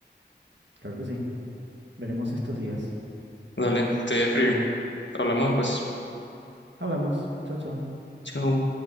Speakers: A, on the right (about 75°); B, on the left (about 75°).
A: Claro que sí. Veremos estos días.
B: Dale, te voy a escribir. Hablamos después.
A: Hablamos. Chao, chao.
B: Chao.